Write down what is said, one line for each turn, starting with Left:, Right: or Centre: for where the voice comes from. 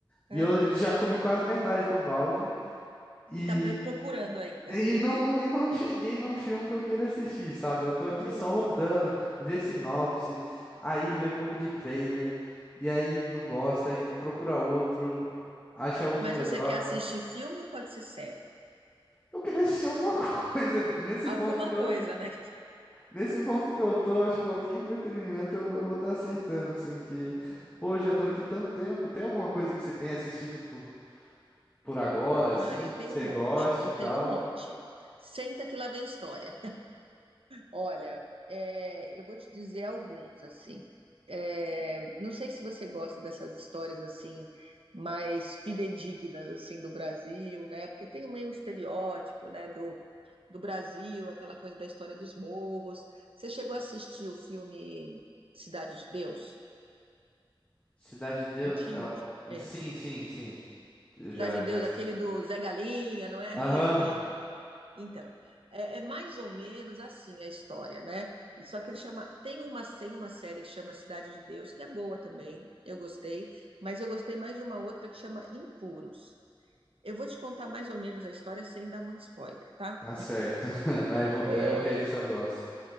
Left: e
Right: é.
Left: eu É. já comi quase metade do balde, e,
Right: E tá pre- procurando ainda.
Left: e
Right: <laughs>
Left: não, e não cheguei num filme que eu queira assistir, sabe? Eu tô aqui
Right: Oh,
Left: só
Right: meu
Left: rodando,
Right: Deus.
Left: ver sinopse, aí ver pouco de trailer, e aí não gosta, aí procura outro, acha outro
Right: Mas
Left: melhor.
Right: você quer assistir filme ou pode ser série?
Left: Eu queria assistir alguma <laughs> coisa. Nesse
Right: Alguma
Left: ponto que eu,
Right: coisa, né?
Left: nesse ponto que eu tô, acho que qualquer entretenimento eu, eu vou estar aceitando, assim, porque, pô, já tô aqui tanto tempo. Tem alguma coisa que você tenha assistido por, por agora,
Right: Ah,
Left: assim,
Right: eu
Left: que
Right: tenho
Left: você
Right: um monte,
Left: goste
Right: eu
Left: e tal?
Right: tenho um monte. Senta que lá vem história. Olha, é, eu vou te dizer alguns, assim. É, não sei se você gosta dessas histórias, assim, mais fidedignas, assim, do Brasil, né? Porque tem o meio um estereótipo, né, do, do Brasil, aquela coisa da história dos morros. Você chegou a assistir o filme Cidade de Deus?
Left: Cidade de Deus?
Right: Antigo,
Left: Ah,
Right: já. É.
Left: sim, sim, sim. Eu
Right: Cidade
Left: já,
Right: de
Left: já.
Right: Deus, aquele do Zé Galinha, não é?
Left: Aham,
Right: Aquele que, Então, é, é mais ou menos assim a história, né? E Só que ele chama. Tem uma, tem uma série que chama Cidade de Deus, que é boa também, eu gostei, mas eu gostei mais de uma outra que chama Impuros. Eu vou te contar mais ou menos a história sem dar muito spoiler, tá?
Left: tá certo. <laughs> Aí, eu vou-
Right: É,
Left: aí eu vejo se eu gosto.